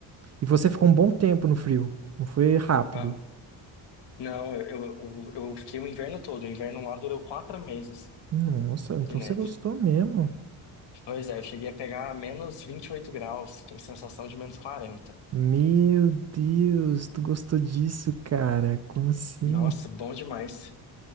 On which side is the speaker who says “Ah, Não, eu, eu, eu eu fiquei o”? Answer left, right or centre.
Left